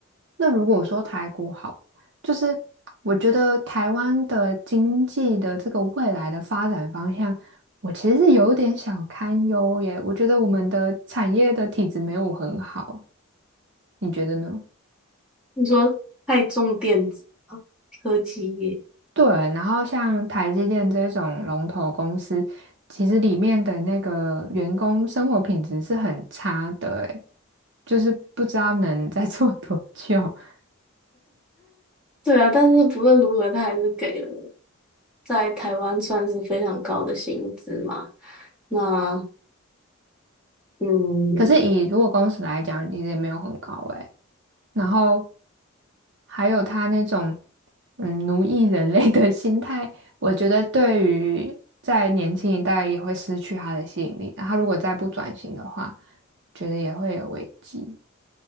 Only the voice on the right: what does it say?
那如果说台股好，就是我觉得台湾的经济的这个未来的发展方向，我其实是有点小堪忧耶。我觉得我们的产业的体质没有很好，你觉得呢？
对，然后像台积电这种龙头公司，其实里面的那个员工生活品质是很差的，诶，就是不知道能再做多久。<laughs>
可是以如果公司来讲，其实也没有很高，诶。然后还有他那种嗯奴役人类的 <laughs> 心态，我觉得对于在年轻一代也会失去他的吸引力。然后他如果再不转型的话，觉得也会有危机。